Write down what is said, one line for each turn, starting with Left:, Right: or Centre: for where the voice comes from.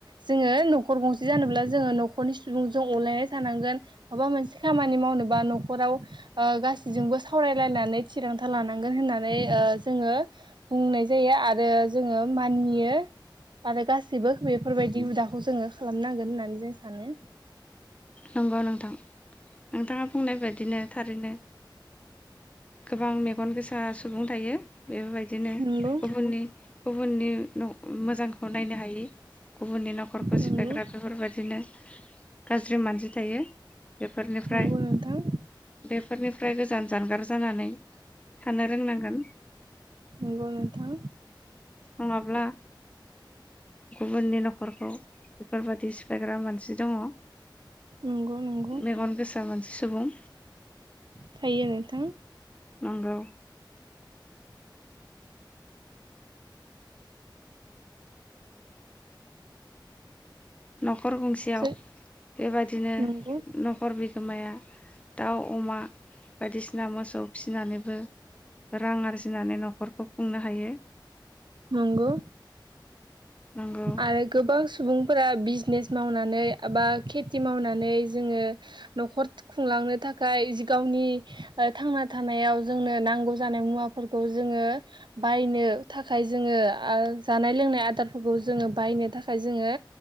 Right: जोङो न'खर गंसे जानोब्ला जोङो न'खरनि सुबुंजों अनलायना थानांगोन माबा मोनसे खामानि मावनोबा न'खराव ओ गासैजोंबो सावरायलायनानै थिरांथा लानांगोन होननानै ओ जोङो बुंनाय जायो आरो जोङो मानियो आरो गासिबो बेफोरबायदि जोङो खालामनांगोन होननानै जों सानो
Left: नंगौ नोंथां नोंथाङा बुंनाय बायदिनो थारैनो गोबां मेगन गोसा सुबुं थायो बेफोरबाय दिनो
Right: नंगौ
Left: गुबुननि गुबुननि न मोजांखौ नायनो हायि गुबुननि न'खरखौ
Right: नंगौ
Left: सिफायग्रा बेफोरबादिनो ज्रि मानसि थायो बेफोरनिफ्राय
Right: नंगौ नोंथां
Left: बेफोरनिफ्राय गोजान जानगार जानानै थानो रोंनांगोन
Right: नंगौ नोंथां
Left: नङाब्ला गुबुननि न'खरखौ बेफोरबायदि सिफायग्रा मानसि दङ
Right: नंगौ नंगौ
Left: मेगन गोसा मानसि सुबुं
Right: थायो नोंथां
Left: नंगौ न' खर गंसेयाव
Right: सो
Left: बेबादिनो
Right: नंगौ
Left: न'खर बिगोमाया दाउ अमा बायदिसिना मोसौ फिसिनानैबो रां आरजिनानै न'खरखौ खुंनो हायो
Right: नंगौ
Left: नंगौ
Right: आरो गोबां सुबुंफोरा बि जनेस मावनानै बा खेथि मावनानै जोङो न'खर खुंलांनो थाखाय जि गावनि थांना थानायाव जोंनो नांगौ जानाय मुवाफोरखौ जोङो बायनो थाखाय जोङो आ जानाय लोंनाय आदार खौबो जोङो बायनो थाखाय जोङो